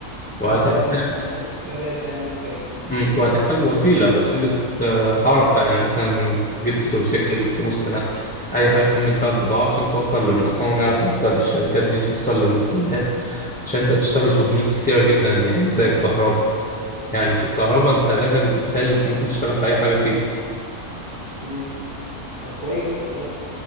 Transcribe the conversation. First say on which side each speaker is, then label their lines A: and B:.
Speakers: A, in the centre; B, on the left (about 35°).
A: وهتحتاج
B: اللي هو عشان الحسابات يعني وكده
A: مم، وهتحتاج وسيلة وسيلة آه، حركة يعني مثلا جبت تروسيكل جبت نص نقل اي حاجة تحمل فيها البضاعة عشان توصل للمصانع توصل للشركات دي توصل للمحلات عشان انت تشتغل في بنود كتيرة جدا يعني زي الكهرباء يعني في الكهرباء انت لك ان تتخيل انك ممكن تشتغل في اي حاجه فيها
B: امم طب كويس والله